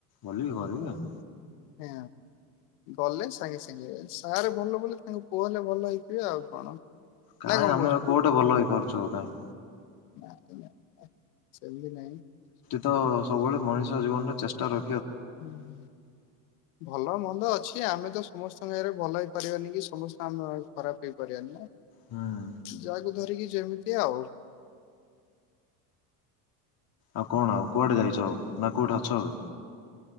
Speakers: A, on the left; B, on the left.
A: ଭଲିକି କରିବି ନା।
B: ହଁ ଗଲେ ସାଙ୍ଗେ ସାଙ୍ଗେ ସାର୍ ଭଲ ବୋଲି ତାଙ୍କୁ ପୁଅ ହେଲେ ଭଲ ହେଇଥିବେ ଆଉ କଣ?
A: କାହିଁ
B: ନା କଣ
A: ଆମେ ଆଉ କୋଉଠୁ ଭଲ ହେଇପାରୁଚୁ? ଆଉ କାହିଁ?
B: <unintelligible> ଚାଲି ନାହିଁ।
A: ତ ସବୁବେଳେ ମଣିଷ ଜୀବନରେ ଚେଷ୍ଟା ର
B: ହଁ ଭଲ ମନ୍ଦ ଅଛି ଆମେ ତ ସମସ୍ତଙ୍କ ଆରେ ଭଲ ହେଇ ପାରିବାନି କି ସମସ୍ତେ ଆମ ଖରାପ ହେଇପାରିବେନି ନାଁ।
A: ହୁଁ।
B: ଜୟକୁ ଧରିକି ଯେମିତି ଆଉ ହୁଁ।
A: ଆଉ କଣ ଆଉ କୁଆଡେ ଯାଇଛ ଆଉ ନା କୋଉଠି ଅଛ ଏବେ?